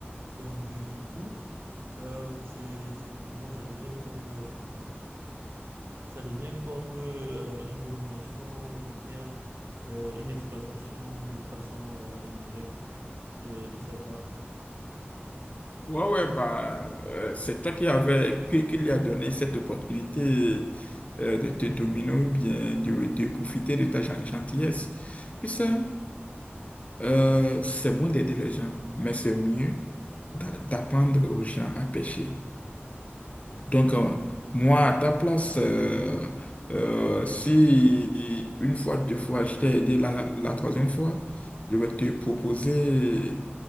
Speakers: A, on the right; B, on the left.
A: Donc, euh, du coup, euh, c'est, c'est vraiment, ça devient comme... euh, Ça devient comme euh, une domination ou bien euh, une exploitation de façon euh, indirecte euh, de sa part.
B: Ouais, ouais, bah, euh, c'est toi qui avais, qui, qui lui a donné cette opportunité euh, de te dominer ou bien de, de profiter de ta gen- gentillesse. Tu sais, euh, c'est bon d'aider les gens, mais c'est mieux d'a- d'apprendre aux gens à pêcher. Donc, euh, moi, à ta place, euh, euh, si une fois, deux fois, je t'ai aidé la, la troisième fois, je vais te proposer